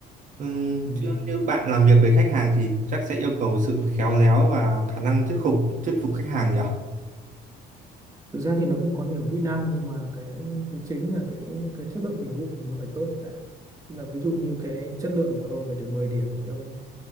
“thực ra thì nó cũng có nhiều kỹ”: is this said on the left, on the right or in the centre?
Right